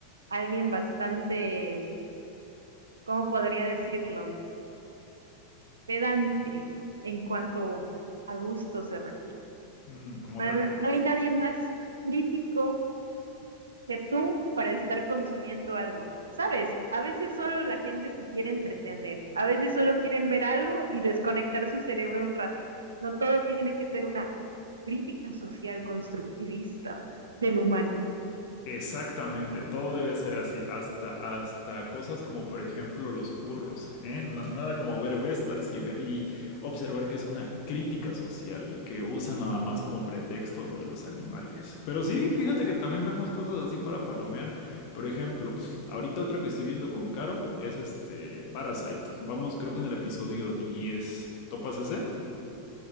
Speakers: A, on the right (about 75°); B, on the left (about 45°).
A: alguien bastante ¿cómo podría decirlo? Pedante en cuanto a gusto se refiere.
B: Mm, ¿cómo
A: No,
B: te
A: hay
B: atreves?
A: na- no hay nadie más crítico que tú para estar consumiendo algo. Sabes, a veces solo la gente se quiere entretener, a veces solo quieren ver algo y desconectar su cerebro un rato. No todo tiene que ser una crítica social constructivista del humano.
B: Exactamente, todo debe ser así, hasta, hasta cosas como por ejemplo los furros, ¿eh? Na- nada como ver Vestars y, ve- y observar que es una crítica social que usa nada más como pretexto lo de los animales. Pero sí, fíjate que también vemos cosas así para palomear. Por ejemplo, ahorita otro que estoy viendo con Caro es este Parasite. Vamos, creo que en el episodio 10. ¿Topas ese?